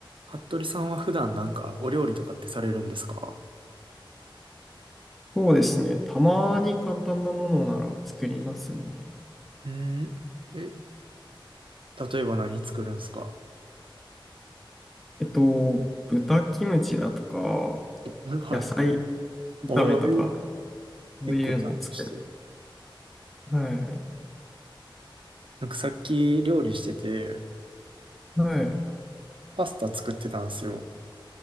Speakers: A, on the right (about 70°); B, in the centre.
A: 服部さんは普段なんかお料理とかってされるんですか
B: そうですね。たまに簡単なものなら作りますね。
A: うーん。え、例えば何作るんですか
B: えっと、豚キムチだとか、
A: うんはい。
B: 野菜
A: <laughs>
B: 炒めとか、
A: おー、
B: そういうのを作る。
A: え結構ちゃんとしてる。
B: はい。
A: なんかさっき料理してて、
B: はい。
A: パスタ作ってたんですよ。